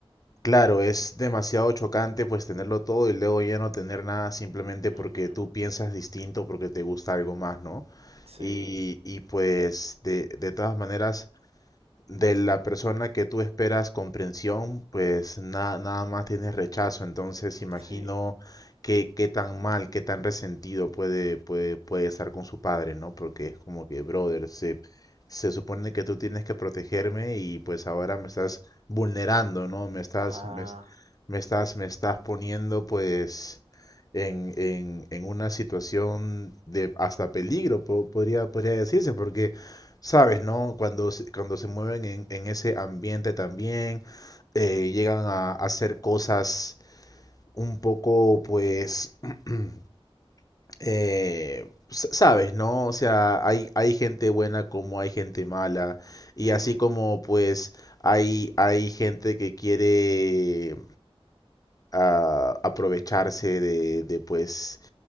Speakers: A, on the left; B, on the right.
A: claro, es demasiado chocante pues tenerlo todo y luego ya no tener nada simplemente porque
B: Ujú,
A: tú piensas distinto, porque te gusta algo más, ¿no?
B: Sí,
A: Y, y pues de, de todas maneras de la persona que tú esperas comprensión, pues na- nada más tienes rechazo. Entonces imagino
B: sí.
A: qué, qué tan mal, qué tan resentido puede, puede, puede estar con su padre, ¿no? Porque es como que, brother, se, se supone que tú tienes que protegerme y pues ahora me estás vulnerando, ¿no? Me estás,
B: Ajá,
A: me, es- me estás, me estás poniendo pues en, en, en una situación de hasta peligro, po- podría, podría decirse, porque Sabes, ¿no? Cuando, se- cuando se mueven en, en ese ambiente también, eh, llegan a hacer cosas un poco, pues, <clears throat> eh, s- sabes, ¿no? O sea, hay, hay gente buena como hay gente mala, y
B: sí,
A: así como, pues, hay, hay gente que quiere ah, aprovecharse de, de, pues,